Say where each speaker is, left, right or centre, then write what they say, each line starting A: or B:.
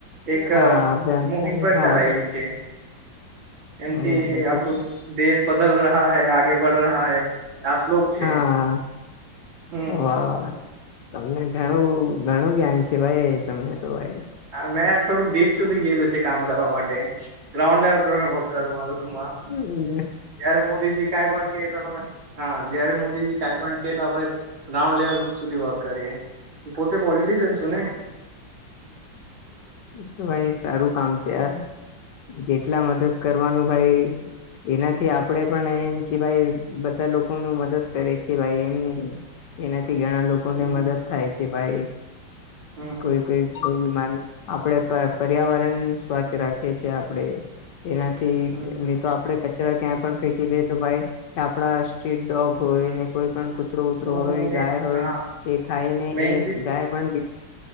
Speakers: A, on the right; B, on the left.
A: એક
B: હા બેન
A: મુહિમ
B: ચાલે
A: પણ
B: હા
A: ચલાયલી છે.
B: હમ
A: એમથી
B: એ તો
A: આપણું દેશ બદલ રહ્યા હૈ આગે બડ રહ હૈ આ શ્લોક છે.
B: હા
A: હું.
B: વાહ વાહ તમને ઘણું ઘણું જ્ઞાન છે, ભાઈ તમને તો ભાઈ
A: મેં થોડુંક ડીપ સુધી ગયેલું છે, કામ કરવા માટે ગ્રાઉન્ડ લેવલ પર વક કરું બધુંમાં.
B: હમ
A: જયારે મોદીજી કઈ પણ ક તોમે હા જયારે મોદીજી કઈ પણ એ આપે ગ્રાઉન્ડ લેવલ સુધી વર્ક કરીએ પોતે પોલિટશિયન છું ને
B: એ તો ભાઈ સારું કામ છે યાર જેટલા મદદ કરવાનું ભાઈ એનાથી આપડે પણ એમ કે ભાઈ બધા લોકો ન મદદ કરે છે ભાઈ એમની એનાથી ઘણા લોકોને
A: હમ
B: મદદ થાય છે ભાઈ
A: હમ હમ
B: કોઈ કોઈ બીમાન આપણે પર્યાવરણ સ્વચ્છ રાખીએ છીએ આપણેે એનાથી
A: હમ
B: નહી તો આપણે કચરા ક્યાં પણ ફેંકી દે તો ભાઈ આપડા સ્ટ્રીટ ડોગ હોયને કોઈ પણ કુતરો કૂતરો
A: હમ
B: હોય
A: હમ
B: ગાય
A: એ
B: હોય
A: હા
B: એ ખાઈને
A: મેન
B: એ ગાય પણ